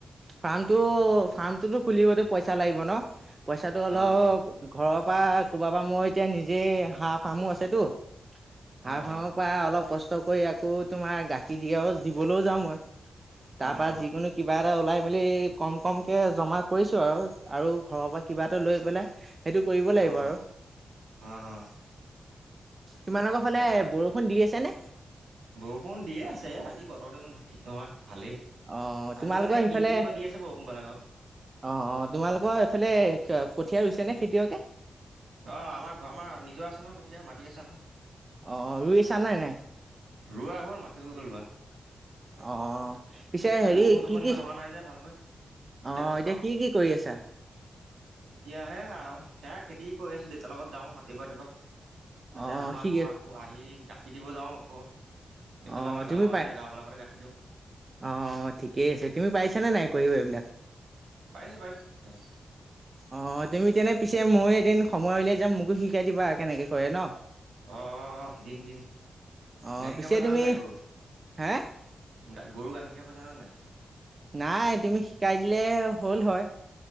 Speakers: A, on the right (about 40°); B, on the right (about 85°).
A: ফাৰ্মটো ফাৰ্মটোতো খুলিবলে পইচা লাগিব ন পইচাটো অলপ
B: অঁ
A: ঘৰৰ পৰা ক'ৰবাৰ পৰা মই এতিয়া নিজেই হাঁহ ফাৰ্মো আছেতো হাঁহ
B: অঁ
A: ফাৰ্মত পৰা অলপ কষ্ট কৰি আকৌ তোমাৰ গাখীৰ দিয়াও দিবলৈও যাওঁ মই তাৰ
B: অঁ
A: পৰা যিকোনো কিবা এটা ওলাই মেলি কম কমকে জমা কৰিছোঁ আৰু আৰু ঘৰৰ পৰা কিবা এটা লৈ পেলাই সেইটো কৰিব
B: অঁ
A: লাগিব
B: অঁ
A: আৰু
B: অঁ অঁ
A: তোমালোকৰ ফালে
B: অঁ
A: ব বৰষুণ দি আছে নে
B: বৰষুণ দিয়ে আছে আজি বতৰটো ইমান ঠিক নহয় ভালেই
A: অ তোমালোকৰ
B: আজি মানে
A: সেইফালে
B: কিন কিনকৈ দি আছে বৰষুণ বাৰু
A: অ অ তোমালোকৰ এইফালে কঠীয়া ৰুইছে নে খেতিয়কে
B: অ আমাৰ ঘৰ আমাৰ নিজৰ আছে ন কঠীয়া মাটি আছে আমাৰ
A: অ ৰুইছা নে নাই
B: ৰোৱা হ'ল মাটি হৈ গ'ল ৰোৱা
A: অ পিছে
B: এই
A: হেৰি
B: বৰষুণ চৰষুণ
A: কি
B: ইমান
A: কি
B: হোৱা নাই যে ভালকৈ দিগদাৰ
A: অ
B: হৈছে
A: এতিয়া কি কি কৰি আছা
B: এতিয়া সেয়া আও সেয়া খেতি কৰি আছোঁ দেউতাৰ লগত যাওঁ ৰাতিপুৱা ৰাতিপুৱা তাতে
A: অ
B: আহোঁ
A: সি
B: আকৌ আকৌ আহি গাখীৰ দিব যাওঁ আকৌ এইফালে
A: অ
B: আমাৰ
A: তুমি
B: গাঁৰ মাজতে
A: পাই
B: গাওঁ বিলাকতো গাখীৰ দিওঁ
A: অ ঠিকেই আছে তুমি পাৰিছা নে নাই কৰিব এইবিলাক
B: পাৰিছোঁ পাৰিছোঁ দাদা
A: অ তুমি তেনে পিছে মই‌ এদিন সময় উলিয়াই যাম মোকো শিকাই দিবা আৰু কেনেকে কৰে ন
B: অ অ দিম দিম
A: অ
B: গাখীৰ
A: পিছে
B: খীয়াব জান
A: তুমি
B: নাই গৰু
A: হে
B: গা গৰু গাখীৰ খিৰাব জানা নে নাই
A: নাই তুমি শিকাই দিলে হ'ল হয়।